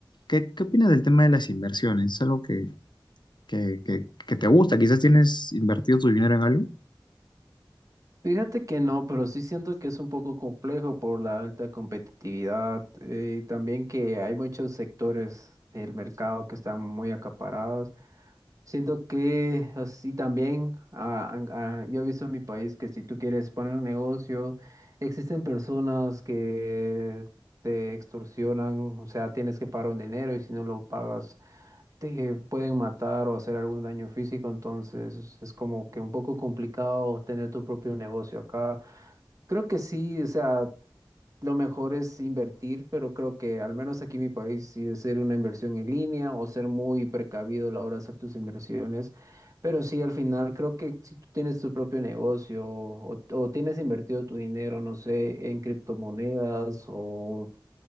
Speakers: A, on the left; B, on the right.
A: ¿Qué, qué opinas del tema de las inversiones? ¿Es algo que, que, que, que te gusta? ¿Quizás tienes invertido tu dinero en algo?
B: Fíjate que no, pero sí siento que es un poco complejo por la alta competitividad eh, y también que hay muchos sectores del mercado que están muy acaparados. Siento que así también, ah, han- ah, yo he visto en mi país que si tú quieres poner un negocio, existen personas que te extorsionan, o sea, tienes que pagar un dinero y si no lo pagas te pueden matar o hacer algún daño físico, entonces es como que un poco complicado tener tu propio negocio acá. Creo que sí, o sea, lo mejor es invertir, pero creo que al menos aquí en mi país sí es ser una inversión en línea o ser muy precavido a la hora de hacer tus inversiones. Pero sí, al final creo que si tú tienes tu propio negocio o, o tienes invertido tu dinero, no sé, en criptomonedas o